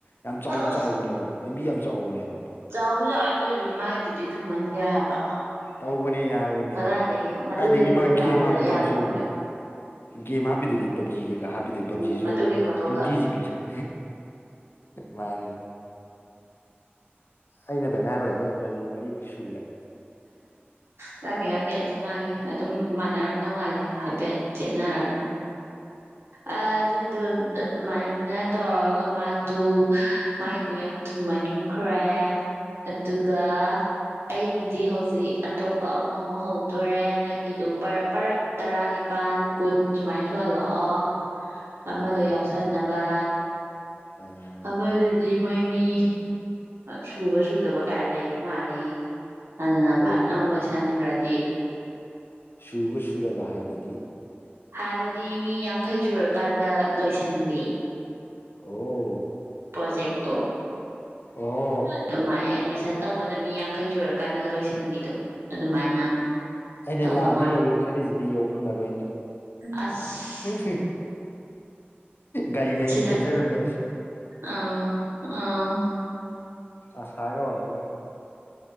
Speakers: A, on the left (about 65°); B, on the right (about 85°).
A: ꯌꯥꯝ ꯆꯥꯎ
B: ꯑ
A: ꯆꯥꯎꯕꯅꯦꯕ ꯑꯦꯝꯕꯤ ꯌꯥꯝ ꯆꯥꯎꯕꯅꯦꯕꯣ
B: ꯆꯥꯎꯕ ꯆ ꯑꯗꯨꯏꯁꯨ ꯃꯥꯏꯗꯨꯗꯤ ꯊꯨꯝꯍꯟꯈ꯭ꯔꯦ ꯍꯥꯏꯕ
A: ꯇꯧꯕꯅꯦ ꯌꯥꯔꯣꯏꯅꯦ
B: ꯀꯗꯥꯏꯗꯒꯤ ꯃꯇꯨꯒꯤ
A: ꯀꯥꯏꯗꯒꯤ
B: ꯐꯣꯇꯣ
A: ꯃꯥ ꯒꯦꯝ
B: ꯀꯥꯞꯄꯗ
A: ꯍꯥꯞꯄꯣꯗꯨ
B: ꯌꯥꯗ꯭ꯔꯕ
A: ꯆꯨꯗꯅ
B: ꯀꯩꯅꯣ
A: ꯒꯦꯝ ꯍꯥꯞꯄꯤꯗꯣꯏꯔꯤ ꯄꯕꯖꯤ ꯀꯩꯀꯥ ꯍꯥꯞꯄꯤꯗꯣꯏꯔꯤ ꯄꯕꯖꯤꯁꯨ
B: ꯎꯝ ꯃꯇꯨꯒꯤ ꯐꯣꯇꯣꯒ
A: ꯇ꯭ꯋꯦꯟꯇꯤ ꯖꯤꯕꯤ ꯁꯪ ꯃꯥꯅꯦ ꯑꯩꯅꯗ ꯉꯥꯡ ꯂ ꯂꯩꯕ ꯀꯝ ꯇꯧꯅꯤ ꯃꯅꯤꯄꯨꯔꯤ ꯁꯨꯈ꯭ꯔꯦ
B: ꯉꯥꯡꯗꯦ ꯉꯥꯡꯗꯦ ꯑꯩꯁꯨ ꯉꯥꯡꯉꯤ ꯑꯗꯨꯝ ꯃꯥꯟꯅꯔꯝꯗꯧ ꯃꯥꯜꯂꯦ ꯍꯥꯏꯐꯦꯠ ꯆꯦꯟꯅꯔꯒ ꯑ ꯑꯗꯨ ꯑꯗꯨ ꯑꯗꯨꯃꯥꯏꯅ ꯇꯧꯔꯒ ꯃꯥꯗꯨ ꯃꯥꯏꯗꯨꯣ ꯌꯥꯝ ꯊꯨꯝꯃꯅꯤ ꯈ꯭ꯔꯦ ꯑꯗꯨꯒ ꯑꯩꯒꯤ ꯗꯤ ꯍꯧꯖꯤꯛ ꯑꯇꯣꯞꯄ ꯑꯃꯃꯨꯛ ꯍꯧꯗꯣꯔꯦ ꯅꯪꯒꯤꯗꯣ ꯄꯔꯞ ꯇꯔꯥꯅꯤꯄꯥꯜ ꯀꯟ ꯁꯨꯃꯥꯏꯅꯁꯨꯣꯍꯜꯂꯛꯑꯣ ꯑꯃꯗ
A: ꯑꯥꯎ
B: ꯌꯥꯎꯁꯟꯅꯕ
A: ꯑꯥ
B: ꯑꯃꯗꯨꯗꯤ ꯃꯣꯏ ꯃꯤ ꯁꯨꯕ ꯁꯨꯗꯕ ꯀꯥꯏꯅ ꯂꯩꯕ ꯃꯥꯜꯂꯤ ꯑꯗꯨꯅ
A: ꯀꯩ
B: ꯐꯠ ꯂꯥꯑꯣꯅꯥ ꯂꯣꯏꯁꯤꯟꯈ꯭ꯔꯗꯤ
A: ꯁꯨꯕ ꯁꯨꯗꯕ ꯍꯥꯏꯕꯗꯤ
B: ꯍꯥꯏꯕꯗꯤ ꯃꯤ ꯌꯥꯡꯈꯩ ꯁꯨꯔꯀꯥꯟꯗ ꯂꯣꯏꯁꯟꯕꯤ
A: ꯑꯣ
B: ꯄ꯭ꯔꯣꯖꯦꯛ ꯇꯣ
A: ꯑꯣ
B: ꯑꯗꯨꯃꯥꯏꯅ ꯑꯦꯠꯃꯤꯁꯟ ꯇꯧꯕꯗ ꯃꯤ ꯌꯥꯡꯈꯩ ꯁꯨꯔꯀꯥꯟꯗꯒ ꯂꯣꯏꯁꯟꯕꯤꯗꯣ ꯑꯗꯨꯃꯥꯏꯅ
A: ꯑꯩꯅ
B: ꯇꯧꯕ
A: ꯂꯥꯛꯑ ꯑꯃ ꯌꯧꯒꯦ ꯈꯜꯂꯤꯁꯤꯗꯤ ꯌꯧ ꯐꯪꯉꯔꯣꯏꯅꯦ
B: ꯑꯁꯁ
A: ꯍ ꯒꯥꯔꯤ ꯂꯩꯒꯦ
B: ꯁꯤꯗ
A: ꯈꯟꯖꯔꯝꯃꯅꯤ
B: ꯑꯥ ꯑꯥ
A: ꯑꯁꯒ ꯋꯥꯕꯤꯔꯨꯅꯨ <inaudible> <unintelligible>